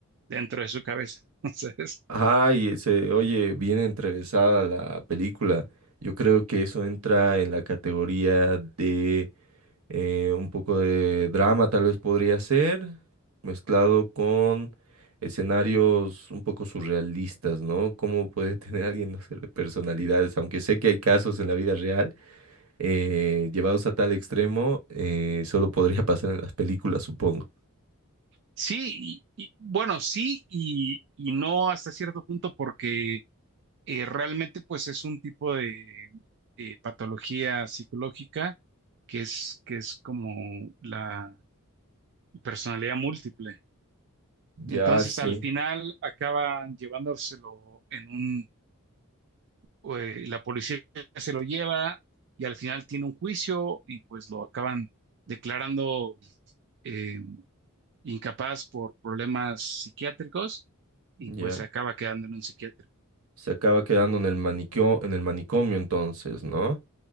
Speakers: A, on the right; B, on the right.
A: dentro de su cabeza. <laughs> Entonces,
B: Ay, se oye bien entrevesada la película. Yo creo que eso entra en la categoría de eh, un poco de drama, tal vez podría ser, mezclado con escenarios un poco surrealistas, ¿no? ¿Cómo puede <laughs> tener alguien, no sé, personalidades? Aunque sé que hay casos en la vida real, eh, llevados a tal extremo, eh, solo podría <laughs> pasar en las películas, supongo.
A: sí, y, y- bueno, sí y, y no hasta cierto punto porque eh, realmente pues es un tipo de eh, patología psicológica que es, que es como la personalidad múltiple.
B: Ya,
A: Entonces,
B: sí.
A: al final acaban llevándoselo en un, eh, la policía se lo lleva y al final tiene un juicio y pues lo acaban declarando eh, incapaz por problemas psiquiátricos y
B: Ya.
A: pues se acaba quedando en un psiquiátrico.
B: Se acaba quedando en el maniquio, en el manicomio entonces, ¿no?